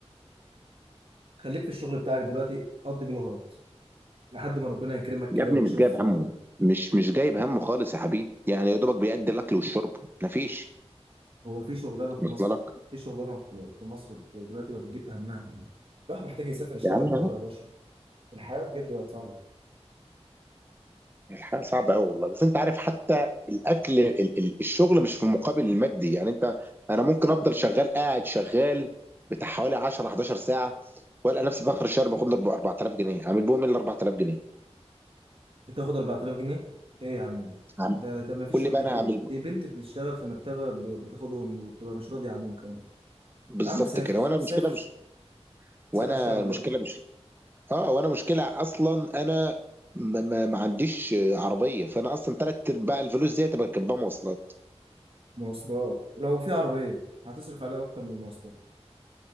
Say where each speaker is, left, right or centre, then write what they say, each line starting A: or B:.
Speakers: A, on the right; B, on the right.
A: خليك في الشغل بتاعك دلوقتي قضي بيه الغرض لحد ما ربنا يكرمك كده
B: يا ابني
A: وتشوف
B: مش جايب همه
A: آه،
B: مش مش جايب همه خالص يا حبيبي يعني يا دوبك بيأدي الأكل والشرب ما فيش
A: هو في شغلانه في
B: وصل
A: مصر
B: لك
A: في شغلانه في في مصر دلوقتي ما بتجيب همها الواحد محتاج يسافر يشتغل
B: يا عم
A: بره يا باشا الحياه بجد بقت صعبه
B: الحياة صعبة أوي والله بس أنت عارف حتى الأكل ال- ال- الشغل مش في المقابل المادي يعني أنت أنا ممكن أفضل شغال قاعد شغال بتاع حوالي 10 11 ساعة وألقى نفسي في آخر الشهر باخد لي 4000 جنيه أعمل بهم إيه ال 4000 جنيه؟
A: بتاخد 4000 جنيه ايه يا عم ده
B: أعمل-
A: ده ده ما فيش
B: قول لي
A: ده
B: بقى أنا
A: دي,
B: هعمل
A: دي بنت بتشتغل في مكتبه ب- بتاخدهم وبتبقى مش راضيه عنهم كمان
B: بالظبط
A: يا عم سافر
B: كده وأنا
A: سافر
B: المشكلة مش وأنا
A: سافر اشتغل
B: المشكلة
A: بره
B: مش أه وأنا مشكلة أصلا أنا ما, ما ما عنديش عربية فأنا أصلا تلات أرباع الفلوس دي تبقى كاتبها مواصلات
A: مواصلات لو في عربيه هتصرف عليها اكتر من المواصلات